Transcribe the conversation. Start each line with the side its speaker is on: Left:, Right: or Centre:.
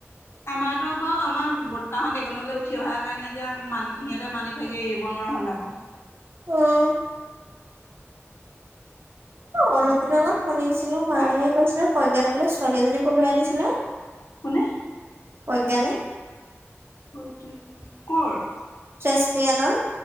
Left: আমাৰতো বাও আমাৰ বৰতাহঁতদিগণলৈ উঠি অহাৰ কাৰণে এতিয়া মান সিহঁতে মানি থাকে এৰিব নোৱাৰা হ'ল আমাৰ।
Right: অঁ, অঁ, অলপ দিনৰ আগত শুনিছিলো মায়ে
Left: হা
Right: কৈছিল প্ৰজ্ঞান বোলে ছোৱালী এজনী পলুৱাই আনিছিলে?
Left: কোনে?
Right: অজ্ঞানে
Left: অটো কৰ?
Right: চেছপিয়ানৰ।